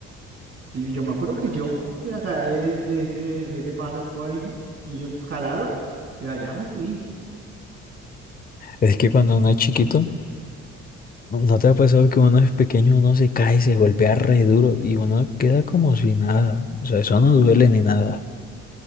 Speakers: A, on the right (about 45°); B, on the left (about 30°).
A: Sí, yo me acuerdo que yo me agarré de ese, de ese palo de escoba y, y ellos jalaron y allá me subí.
B: Es que cuando uno es chiquito, ¿no no te ha pasado que uno es pequeño, uno se cae, se golpea re duro y uno queda como si nada? O sea, eso no duele ni nada.